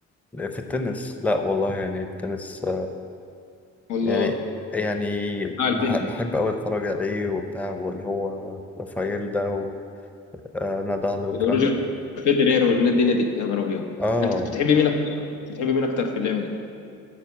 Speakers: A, in the centre; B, on the left.
A: في التنس لا والله يعني التنس
B: ولا
A: يعني يعني
B: اه التنس
A: بح- بحب أوي أتفرج عليه وبتاع واللي هو رافائيل ده وندى علي والكلام
B: روجر
A: ده
B: فيدرير والدنيا دي يا نهار ابيض
A: آه
B: انت كنت بتحبي مين اكتر كنت بتحبي مين اكتر في اللعبة دي